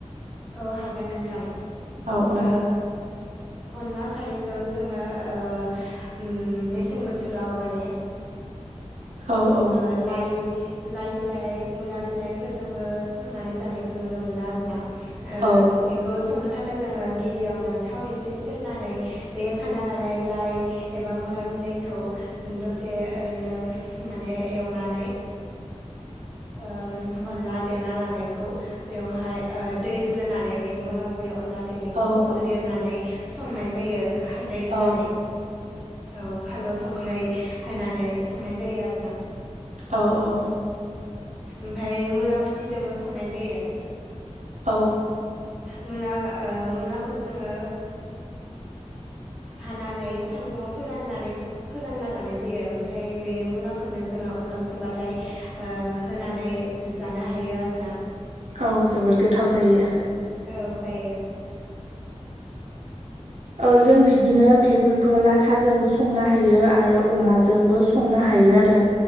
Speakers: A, in the centre; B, on the right (about 80°).
A: औ हागोन नोंथां
B: औ औ
A: ओ अनला खारैखौ जोङो ओ मेसें बोथोराव माने
B: औ औ
A: ओ लाइ लाइ बिलाइ मुला बिलाइफोरजोंबो संनानै जानायखौ नुनो मोनो आरोना। ओ
B: औ
A: बेखौ संनो था जोङो गिबियावनो थाव एसे सेरनानै बे खाना लानाय लाइ एबा मुला बि लाइखौ दसे ओरैनो माने एवनानै
B: <inaudible>
A: उम अनला देना लानायखौ बेवहाय ओ दै होग्रोनानै बेनि उनाव बे अनला देनायखौ
B: औ
A: होदेरनानै
B: औ
A: संनाय जायो। खारदै होनानै
B: औ
A: औ फालौ संख्रै होनानै संनाय जायो आरो ना।
B: औ औ
A: ओमफ्राय मुला खुथिजोंबो संनाय जायो।
B: औ
A: मुला ओ मुलाखौ जोङो हानानै सान्दुङाव फोराननानै फोरानना लानाय जा यो ओमफ्राय बे मुखौनो जोङो अनला संबाथाय ओ होनानै जानो हायो। जायो आरोना।
B: औ जोबोद गोथाव जायो
A: औ जायो।
B: औ जों बिदिनो बेफोरखौ लाथाजोंबो संनो हायो आरो अमाजोंबो संनो हा हायो आरो